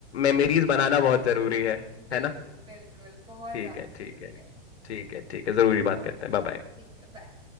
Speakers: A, on the left; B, on the right.
A: मेमोरीज बनाना बहुत ज़रूरी है
B: बिल्कुल
A: है ना
B: बिल्कुल बहुत
A: ठीक
B: ज्यादा
A: है ठीक
B: जरूरी
A: है
B: है
A: ठीक है ठीक है ज़रूरी बात करते हैं Bye bye
B: ठीक है बाय